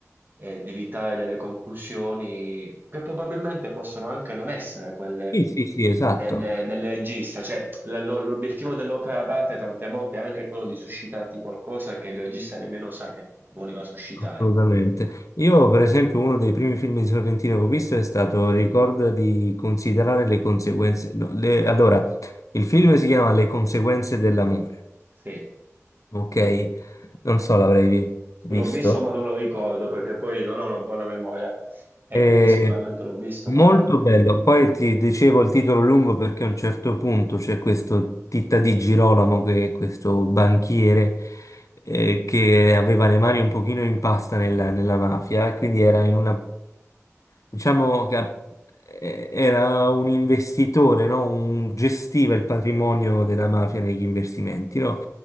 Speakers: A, on the right; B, on the left.
A: e devi trarre delle conclusioni che probabilmente possono anche non essere quelle
B: Sì, sì, sì, esatto,
A: delle- del regista, cioè l- lo- l'obiettivo dell'opera d'arte tante volte è anche quello di suscitarti qualcosa che il regista nemmeno sa che voleva suscitare.
B: assolutamente. Io, per esempio, uno dei primi film di Sorrentino che ho visto è stato Ricorda di considerare le conseguenze. no, le- allora, il film si chiama Le conseguenze dell'amore.
A: Sì,
B: ok, non so, l'avrei vi- visto.
A: l'ho visto ma non lo ricordo perché poi non ho una buona memoria. E
B: E...
A: quindi sicuramente l'ho visto,
B: Molto
A: ma
B: bello. Poi ti dicevo il titolo lungo perché a un certo punto c'è questo Titta di Girolamo, che è questo banchiere eh, che aveva le mani un pochino in pasta nella, nella mafia, e quindi era in una, diciamo che a- eh, era un investitore, no? Un, gestiva il patrimonio della mafia negli investimenti, no?